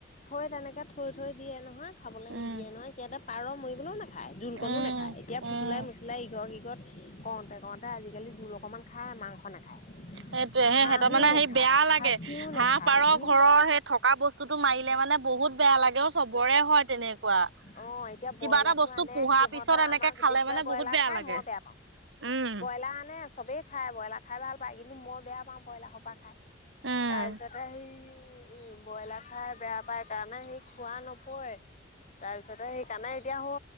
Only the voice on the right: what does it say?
উম,
উম,
উম।
সেইটোৱেই সে
সিহঁতৰ মানে
সে বেয়া লাগে
হাঁহ পাৰ
ঘৰত
অ সেই থকা বস্তুটো মাৰিলে মানে বহুত বেয়া লাগে অ চবৰে হয় তেনেকুৱা।
কিবা
এটা বস্তু
পোহাৰ
পিছত
এনেকে
খালে
মানে
বহুত বেয়া
লাগে
উম
উম